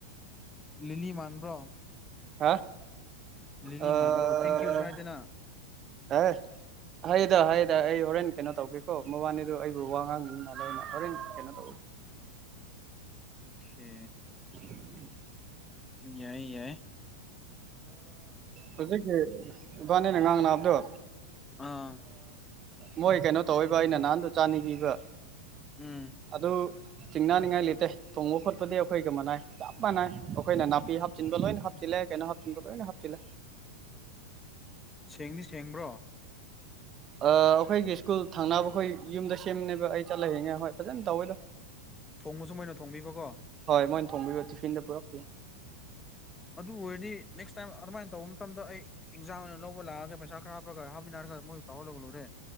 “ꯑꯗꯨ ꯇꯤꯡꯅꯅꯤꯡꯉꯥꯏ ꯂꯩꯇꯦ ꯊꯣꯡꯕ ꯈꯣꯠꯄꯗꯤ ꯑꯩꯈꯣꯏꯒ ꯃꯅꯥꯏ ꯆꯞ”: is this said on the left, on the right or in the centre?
Right